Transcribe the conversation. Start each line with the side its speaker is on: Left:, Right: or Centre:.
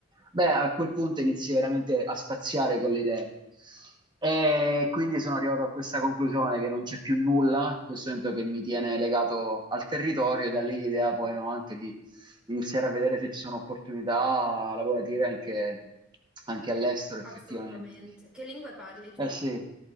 Right: Beh, a quel punto inizi veramente a spaziare con le idee. E quindi sono arrivato a questa conclusione che non c'è più nulla, in questo momento che mi tiene legato al territorio e da lì l'idea poi no, anche di iniziare a vedere se ci sono opportunità lavorative anche, anche all'estero
Centre: assolutamente.
Right: effettivamente.
Centre: Che lingue parli tu?
Right: Eh sì,